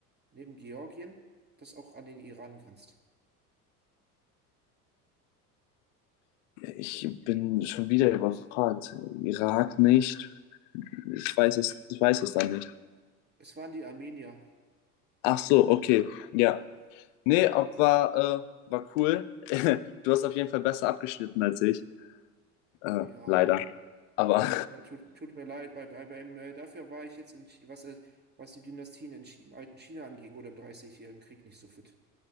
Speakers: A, on the right; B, on the left.
A: neben Georgien, das auch an den Iran grenzt.
B: Ich bin schon wieder überfragt. Irak nicht. Ich weiß es, ich weiß es dann nicht.
A: Es waren die Armenier.
B: Ach so, okay. Ja. Nee, ob war, äh, war cool. <laughs> Du hast auf jeden Fall besser abgeschnitten als ich. Äh,
A: Ja,
B: leider. Aber
A: ja, tut, tut mir leid. Bei, bei, beim, äh, dafür war ich jetzt in, Chi- was, äh, was die Dynastien in, Chi- im alten China anging oder im Dreißigjährigen Krieg nicht so fit.